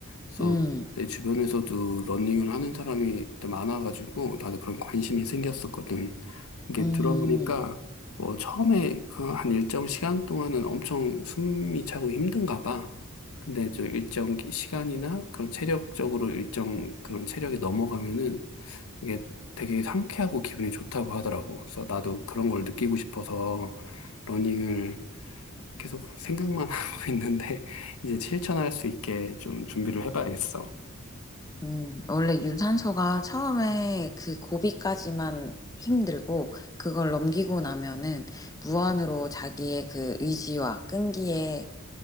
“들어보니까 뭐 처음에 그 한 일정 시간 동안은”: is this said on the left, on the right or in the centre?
Left